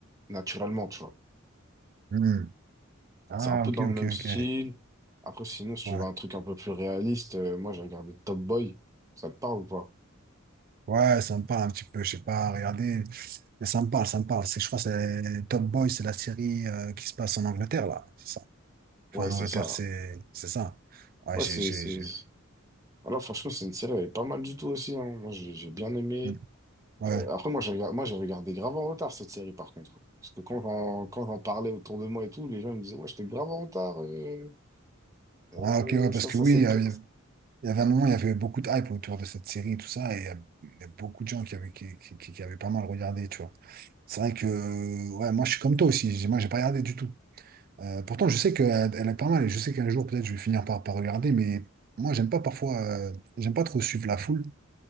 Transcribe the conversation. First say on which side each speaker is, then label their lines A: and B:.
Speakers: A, on the right (about 15°); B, on the right (about 45°).
A: naturellement, tu vois.
B: Hmm. Ah,
A: C'est un peu
B: ok,
A: dans le
B: ok,
A: même style.
B: ok.
A: Après, sinon, si tu
B: Ouais.
A: veux un truc un peu plus réaliste, euh, moi, j'ai regardé Top Boy. Ça te parle ou pas?
B: Ouais, ça me parle un petit peu, je sais pas, regardez. Mais ça me parle, ça me parle. C'est, je crois que c'est Top Boy, c'est la série euh, qui se passe en Angleterre, là. C'est ça. Enfin,
A: Ouais, c'est
B: en Angleterre,
A: ça.
B: c'est c'est ça. Ouais,
A: Ouais,
B: j'ai.
A: c'est,
B: j'ai-
A: c'est...
B: j'ai-
A: Voilà, franchement, c'est une série, elle est pas mal du tout aussi. hein. Moi, j'ai j'ai bien aimé.
B: Hmm. Ouais.
A: Euh, après, moi, j'ai regard- moi, j'ai regardé grave en retard cette série, par contre. Parce que quand j'en quand j'en parlais autour de moi et tout, les gens ils me disaient, ouais, j'étais grave en retard. euh, euh,
B: Ah, ok, ouais, parce
A: ça,
B: que
A: ça,
B: oui,
A: c'est... pas-
B: euh, Il y avait un moment, il y avait beaucoup de hype autour de cette série et tout ça, et il il y a beaucoup de gens qui avaient, qui, qui, qui- qui avaient pas mal regardé, tu vois. C'est vrai que, euh, ouais, moi, je suis comme toi aussi, j'ai- moi, j'ai pas regardé du tout. Euh, pourtant, je sais qu'elle elle est pas mal, et je sais qu'un jour, peut-être, je vais finir par, par regarder, mais moi, j'aime pas parfois, euh, j'aime pas trop suivre la foule,